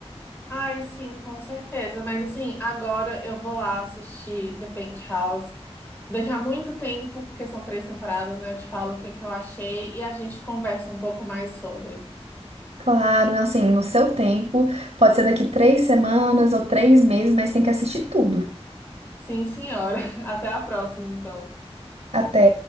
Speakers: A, on the left; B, on the right.
A: Ai, sim, com certeza. Mas assim, agora eu vou lá assistir The Penthouse. Daqui a muito tempo, porque são três temporadas, né? Eu te falo o que que eu achei e a gente conversa um pouco mais sobre.
B: Claro, assim, no seu tempo, pode ser daqui três semanas ou três meses, mas tem que assistir tudo.
A: Sim, senhora. <laughs> Até a próxima, então.
B: Até.